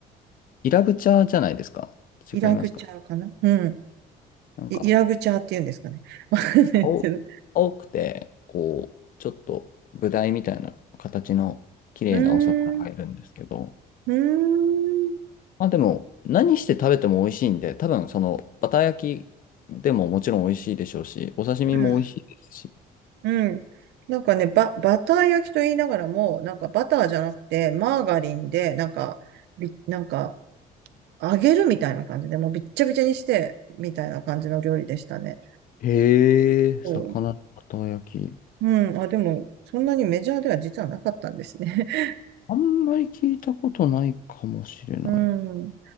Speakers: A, on the left; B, on the right.
A: イラブチャーじゃないですか違いますか
B: イラグチャーかなうん。
A: なんか、
B: イイラグチャーって言うんですかね。<laughs> わかんないですけど。
A: 青、青くて、こう、ちょっとブダイみたいな形の綺麗なお魚がいるんですけど、
B: うーん、うーん、
A: まあでも、何して食べても美味しいんで、多分そのバター焼きでももちろん美味しいでしょうし、お刺身も美味しいですし、
B: うん、うん。なんかね、バ、バター焼きと言いながらも、なんかバターじゃなくて、マーガリンで、なんか、び、なんか、揚げるみたいな感じで、もうびっちゃびちゃにして、みたいな感じの料理でしたね。
A: へえ、
B: そう。
A: 魚のバター焼き。
B: うん。あ、でも、そんなにメジャーでは実はなかったんですね。<laughs>
A: あんまり聞いたことないかもしれない。
B: うん。